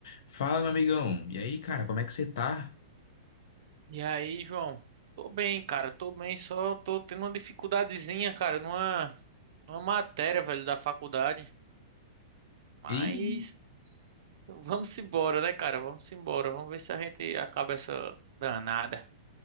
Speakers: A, on the left; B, on the right.
A: Fala, meu amigão. E aí, cara, como é que você tá?
B: E aí, João? Tô bem, cara, tô bem, só tô tendo uma dificuldadezinha, cara, numa, numa matéria, velho, da faculdade. Mas
A: Ih,
B: vamos embora, né, cara? Vamos embora. Vamos ver se a gente acaba essa danada.